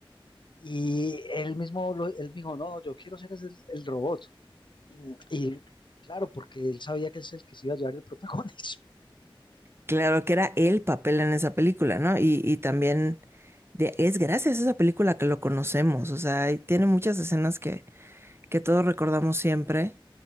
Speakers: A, on the left (about 55°); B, on the right (about 25°).
A: y él mismo, lo- él dijo, no, no, yo quiero ser ese- el, robot. Y, mm, y claro, porque él sabía que él es el que se iba a llevar el <laughs> protagonismo.
B: Claro que era el papel en esa película, ¿no? Y, y también de- es gracias a esa película que lo conocemos, o sea, y tiene muchas escenas que, que todos recordamos siempre.